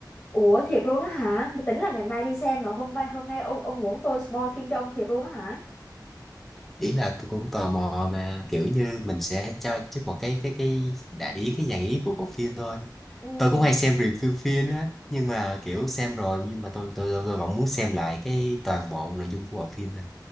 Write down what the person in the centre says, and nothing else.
ý là tôi cũng tò mò mà kiểu như mình sẽ cho trước một cái cái cái đại ý cái dạng ý của bộ phim thôi
tôi cũng hay xem review phim á nhưng mà kiểu xem rồi nhưng mà tôi tôi tôi, tôi vẫn muốn xem lại cái toàn bộ nội dung của bộ phim thôi